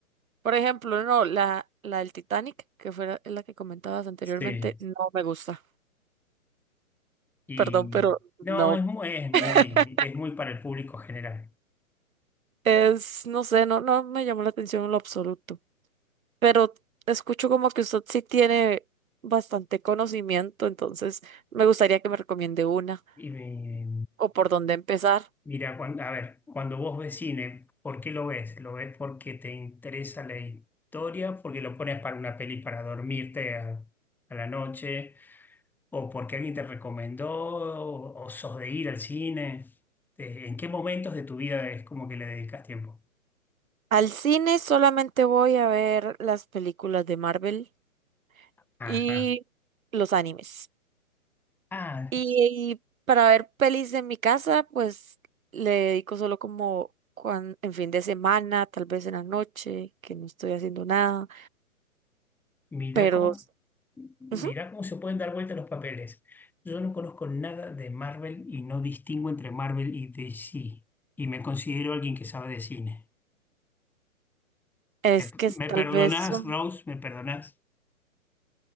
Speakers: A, on the right; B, in the centre.
A: por ejemplo, no, la, la del Titanic, que fue la, la que comentabas anteriormente,
B: Sí.
A: no me gusta.
B: Y
A: Perdón, pero
B: no,
A: no.
B: es muy, es muy,
A: <laughs>
B: es muy para el público general.
A: Es, no sé, no, no me llamó la atención en lo absoluto. pero escucho como que usted sí tiene bastante conocimiento, entonces me gustaría que me recomiende una
B: Y me-
A: o por dónde empezar.
B: mira, cuando, a ver, cuando vos ves cine, ¿por qué lo ves? ¿Lo ves porque te interesa la historia? ¿Porque lo pones para una peli para dormirte a, a la noche? ¿O porque alguien te recomendó? ¿O, o sos de ir al cine? Eh, ¿En qué momentos de tu vida es como que le dedicas tiempo?
A: Al cine solamente voy a ver las películas de Marvel
B: Ajá.
A: y los animes.
B: Ah,
A: Y, para ver pelis en mi casa, pues le dedico solo como cuan- en fin de semana, tal vez en la noche, que no estoy haciendo nada,
B: Mirá
A: pero
B: cómo, mirá
A: ujú,
B: cómo se pueden dar vuelta los papeles. Yo no conozco nada de Marvel y no distingo entre Marvel y DC. Y me considero alguien que sabe de cine.
A: es
B: ¿Me,
A: que
B: me
A: es tal
B: perdonás,
A: vez... son
B: Rose? ¿Me perdonás?